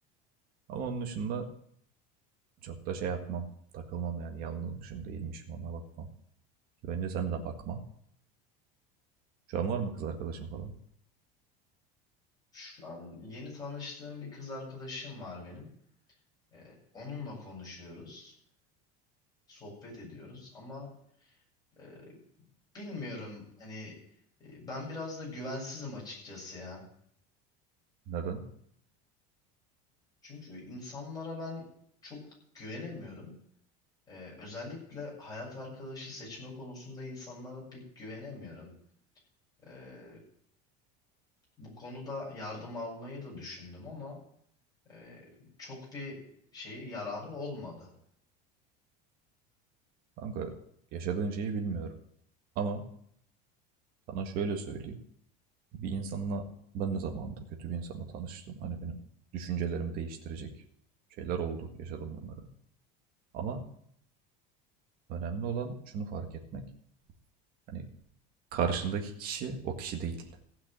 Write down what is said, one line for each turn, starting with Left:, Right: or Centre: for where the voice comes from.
Right: Ama onun dışında çok da şey yapmam, takılmam yani yalnızmışım değilmişim ona bakmam. Ki Bence sen de bakma. Şu an var mı kız arkadaşın falan?
Left: Şu an yeni tanıştığım bir kız arkadaşım var benim. E, onunla konuşuyoruz, sohbet ediyoruz ama e, bilmiyorum hani e, ben biraz da güvensizim açıkçası ya.
Right: Neden?
Left: Çünkü insanlara ben çok güvenemiyorum. Ee, özellikle hayat arkadaşı seçme konusunda insanlara pek güvenemiyorum. Ee, bu konuda yardım almayı da düşündüm ama e, çok bir şeyi yararı olmadı.
Right: Kanka yaşadığın şeyi bilmiyorum. Ama sana şöyle söyleyeyim. Bir insanla ben de zamanında kötü bir insanla tanıştım. Hani benim düşüncelerimi değiştirecek şeyler oldu. Yaşadım bunları. Ama önemli olan şunu fark etmek. Hani karşındaki kişi o kişi değil.